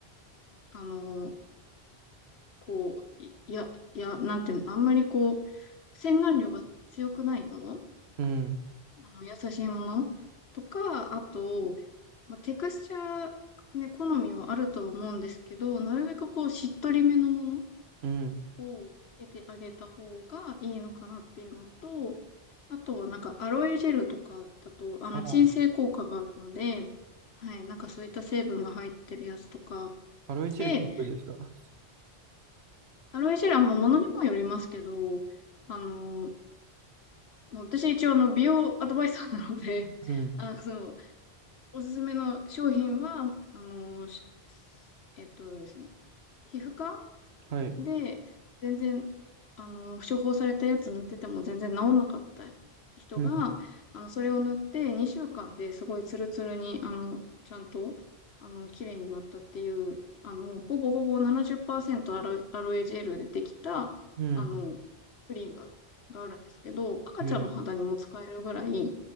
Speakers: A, on the left (about 80°); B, on the right (about 80°).
A: あのーこう、いいや、いや、なんていうの、あんまりこう、洗顔料が強くないもの、
B: うん。
A: あの、優しいものとか、あと、まあ、テクスチャー、ね、好みはあるとは思うんですけど、なるべくこう、しっとりめのもの
B: うん。
A: をつけてあげた方がいいのかなっていうのと、あとはなんかアロエジェルとかだと、あの鎮静効果があるので、
B: ああ、
A: はい、なんかそういった成分が入ってるやつとか。
B: アロエチェル結構いいですか
A: で、アロエジェルはもう物にもよりますけど、あの、もう私一応あの美容アドバイザーなので、<laughs>
B: うん。
A: あの、おすすめの商品は、あの、しえっとですね、皮膚科
B: はい。
A: で、全然、あの、処方されたやつ塗ってても全然治んなかった人が、
B: うん。
A: あの、それを塗って2週間ですごいツルツルに、あの、ちゃんと、あの、綺麗になったっていう、あの、ほぼほぼ70%アロエ、アロエジェルでできた、
B: うん。
A: あの、クリームがあるんですけど、赤ちゃんの肌にも使えるぐらい、
B: えー、